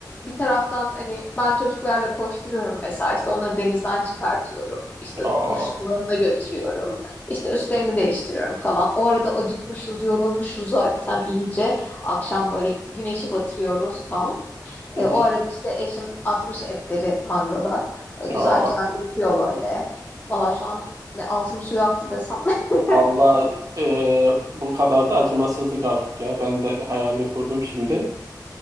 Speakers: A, on the left (about 25°); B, on the right (about 50°).
A: bir taraftan hani ben çocuklarla koşturuyorum mesela işte onları denizden çıkartıyorum işte
B: Oo.
A: duş alanına götürüyorum işte üstlerini değiştiriyorum falan o arada acıkmışız yorulmuşuz zaten iyice akşam böyle güneşi batırıyoruz tam
B: Hı
A: E, o
B: hı.
A: arada işte eşim atmış etleri mangala E, güzel
B: Oo.
A: güzel yapıyor böyle valla şu an ne ağzım suyu aktı desem <laughs>
B: Valla e, bu kadar da acımasızlık artık ya. Ben de hayalini kurdum şimdi.